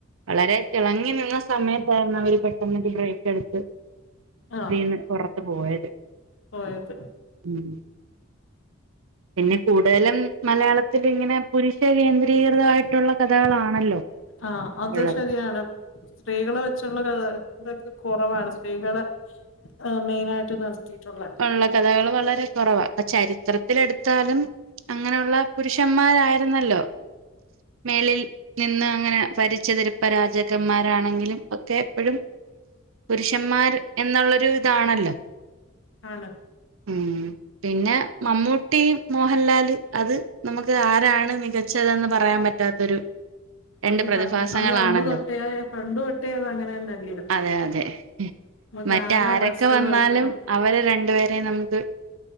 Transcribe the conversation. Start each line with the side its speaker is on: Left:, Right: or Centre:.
Right: വളരെ തിളങ്ങി നിന്ന സമയത്തായിരുന്നു അവര് പെട്ടെന്നൊര് ബ്രേക്ക് എടുത്ത്
Left: ആഹ്
Right: ഇതീന്ന് പൊറത്ത് പോയത്.
Left: പോയത്.
Right: ഉം പിന്നെ കൂടുതലും മലയാളത്തിൽ ഇങ്ങനെ പുരുഷ കീ കൃതമായിട്ടുള്ള കഥകളാണല്ലോ
Left: ആഹ് അത്
Right: ഇള്ളത്.
Left: ശരിയാണ് സ്ത്രീകളെ വെച്ചുള്ളര് ഇതൊക്കെ കൊറവാണ് സ്ത്രീകള് ആഹ് മെയിനായിട്ട് നിർത്തിയിട്ടുള്ളെ
Right: ഉള്ള കഥകള് വളരെ കൊറവാ. ഇപ്പ ചരിത്രത്തിലെടുത്താലും അങ്ങനെയുള്ള.. പുരുഷന്മാരായിരുന്നല്ലോ? മേളിൽ നിന്ന് അങ്ങനെ ഭരിച്ചത് ഇപ്പ രാജാക്കന്മാരാണെങ്കിലും ഒക്കെ എപ്പഴും. പുരുഷന്മാർ എന്നുള്ളൊരു ഇതാണല്ലോ
Left: ആണ്.
Right: ഉം പിന്നെ മമ്മൂട്ടി മോഹൻലാല് അത് നമുക്ക് ആരാണ് മികച്ചതെന്ന് പറയാൻ പ റ്റാത്തൊരു രണ്ട്
Left: അത്
Right: പ്രതിഭാസങ്ങളാണല്ലോ.
Left: പണ്ട് അത് അന്ന് തൊട്ടേ പണ്ട് തൊട്ടേ അത് അങ്ങനെ തന്നെല്ലയോ
Right: അതെ അതെ.
Left: നമുക്ക്
Right: മറ്റാരൊക്കെ
Left: ആരാ ബെസ്റ്റ്ന്ന്
Right: വന്നാലും
Left: ഒരിക്കലും
Right: അവര് രണ്ടുപേരേം നമുക്ക്